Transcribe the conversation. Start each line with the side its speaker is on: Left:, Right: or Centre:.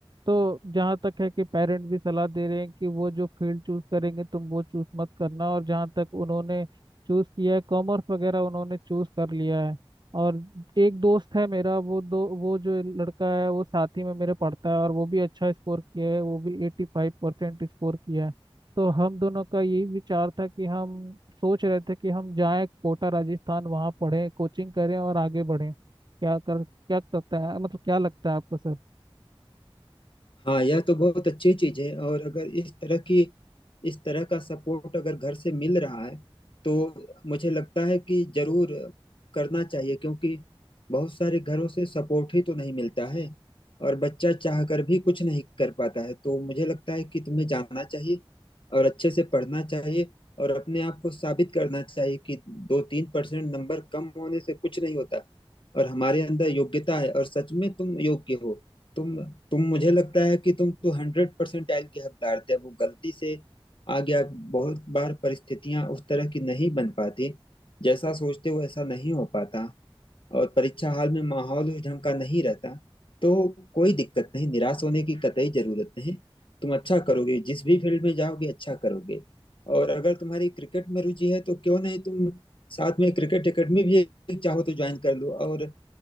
Right: तो जहाँ तक है कि पेरेंट भी सलाह दे रहे हैं कि वो जो फील्ड चूज करेंगे तुम वो चूज मत करना और जहाँ तक उन्होंने चूज किया है कॉमर्स वगैरह उन्होंने चूज कर लिया है और एक दोस्त है मेरा वो दो वो जो लड़का है वो साथ ही में मेरे पढ़ता है और वो भी अच्छा स्कोर किया है वो भी एटी फाइव परसेंट स्कोर किया है तो हम दोनों का यही विचार था कि हम सोच रहे थे कि हम जाएं कोटा राजस्थान वहाँ पढ़ें कोचिंग करें और आगे बढ़ें क्या कर क्या करता है मतलब क्या लगता है आपको सर
Left: हाँ यह तो बहुत अच्छी चीज है और अगर इस तरह की इस तरह का सपोर्ट अगर घर से मिल रहा है तो मुझे लगता है कि जरूर करना चाहिए क्योंकि बहुत सारे घरों से सपोर्ट ही तो नहीं मिलता है और बच्चा चाह कर भी कुछ नहीं कर पाता है तो मुझे लगता है कि तुम्हें जाना चाहिए और अच्छे से पढ़ना चाहिए और अपने आप को साबित करना चाहिए कि दो तीन परसेंट नंबर कम होने से कुछ नहीं होता और हमारे अंदर योग्यता है और सच में तुम योग्य हो तुम तुम मुझे लगता है कि तुम तो हंड्रेड परसेंटाइल के हकदार थे अब वो गलती से आ गया बहुत बार परिस्थितियां उस तरह की नहीं बन पाती जैसा सोचते हो ऐसा नहीं हो पाता और परीक्षा हाल में माहौल उस ढंग का नहीं रहता तो कोई दिक्कत नहीं निराश होने की कतई जरूरत नहीं तुम अच्छा करोगे जिस भी फील्ड में जाओगे अच्छा करोगे और अगर तुम्हारी क्रिकेट में रुचि है तो क्यों नहीं तुम साथ में क्रिकेट एकेडमी भी एक चाहो तो ज्वाइन कर लो और